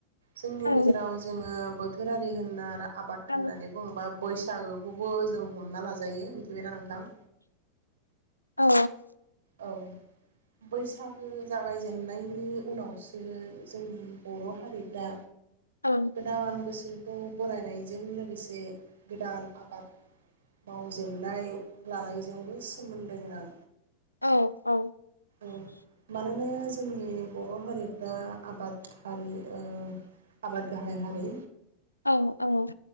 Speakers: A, on the right (about 60°); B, on the left (about 80°).
A: जोंनि
B: औ
A: गेजेराव जोंङो बोथोरारि होनना आबाद
B: औ
A: होननानै बुंङोबा बैसागोखौबो जों हमना लाजायो मिथिबायना नोंथां
B: औ
A: औ बैसागो जागायजेननायनि उनावसो जोंनि बर' हारिफ्रा
B: औ
A: गोदान बोसोरखौ बरायनायजों लोग गोसे गोदान आबाद मावजेननाय लानायजोंबो सोमोन्दो गोनां।
B: औ औ
A: उम मानोना जोंनि बर' हारिफ्रा आबाद हारि ओ आबाद गाहाय हारि।
B: औ औ।